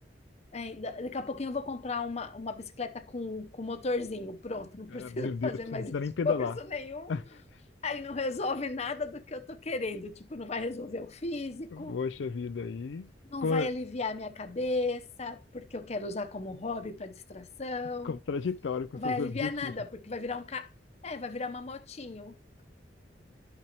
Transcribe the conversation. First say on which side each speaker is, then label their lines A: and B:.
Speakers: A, on the left; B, on the left.
A: é, da- daqui a pouquinho eu vou comprar uma, uma bicicleta com, com motorzinho. Pronto, não preciso
B: Ah, meu Deus,
A: <laughs> fazer mais
B: você não precisa
A: esforço
B: nem pedalar.
A: nenhum.
B: <laughs>
A: Aí não resolve nada do que eu tô querendo. Tipo, não vai resolver o físico,
B: Poxa vida aí.
A: não
B: Co-
A: vai aliviar minha cabeça, porque eu quero usar como hobby para distração.
B: Contraditório com
A: Não
B: seus
A: vai aliviar
B: objetivos.
A: nada, porque vai virar um ca... É, vai virar uma motinho.